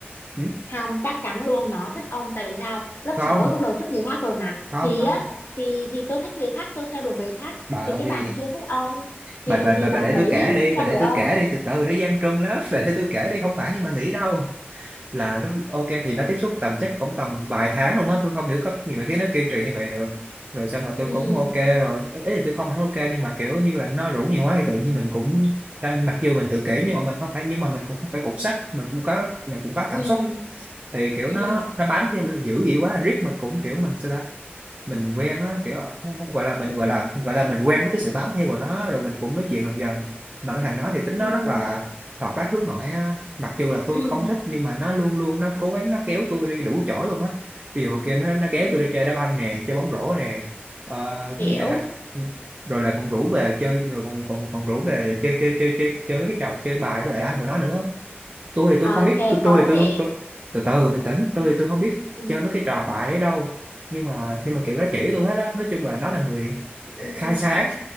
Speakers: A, on the right; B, on the left.
A: ừ?
B: không chắc chắn luôn nó thích ông tại vì sao lớp
A: không
B: 6 bắt đầu thích người khác rồi mà
A: không
B: thì
A: không
B: á thì thì tôi thích người khác tôi theo đuổi người khác
A: bà
B: thì cái
A: ơi
B: bạn kia thích ông
A: bà
B: thì
A: bà
B: thì
A: bà bà
B: bạn
A: để
B: đấy
A: tôi kể đi bà
B: theo
A: để
B: đuổi
A: tôi
B: ông
A: kể đi từ từ nó gian truân lắm <laughs> bà để tôi kể đi không phải nhưng mà nghĩ đâu là lúc ok thì nó tiếp xúc tầm chắc cũng tầm vài tháng luôn á tôi không hiểu cách gì mà khiến nó kiên trì như vậy được rồi xong mà tôi
B: ừ
A: cũng ok rồi ý ý là tôi không hẳn ok nhưng mà kiểu như là nó rủ nhiều quá thì tự nhiên mình cũng à, mặc dù mình tự kỷ nhưng mà mình không phải nhưng mà mình cũng không phải cục sắt mình cũng có mình cũng có
B: ừ
A: cảm xúc thì kiểu
B: ừ
A: nó nó bám theo dữ vậy quá riết mình cũng kiểu mình sao ta mình quen á kiểu không, không gọi là mình
B: ừ
A: gọi là gọi là mình quen với cái sự bám theo của nó rồi mình cũng nói chuyện dần dần mà cái thằng đó thì tính nó
B: ừ
A: rất là hoạt bát hướng nội á mặc dù là tôi
B: ừ
A: không thích nhưng mà nó luôn luôn nó cố gắng nó kéo tôi đi đủ chỗ luôn á ví dụ kia nó nó kéo
B: ừ
A: tôi đi chơi đá banh nè chơi bóng rổ nè ờ,
B: hiểu
A: cái gì nữa ta Ừ, rồi là còn rủ về chơi rồi còn còn còn rủ về chơi chơi chơi chơi chơi mấy cái trò chơi bài với lại anh của nó nữa tôi thì tôi
B: ok
A: không biết tôi
B: có
A: tôi thì tôi
B: thể
A: tôi từ từ bình tĩnh tôi thì tôi không biết
B: Ừ,
A: chơi mấy cái trò bại ấy đâu nhưng mà nhưng mà kiểu nó chỉ tôi hết á nói chung là nó là người
B: Ừm,
A: khai sáng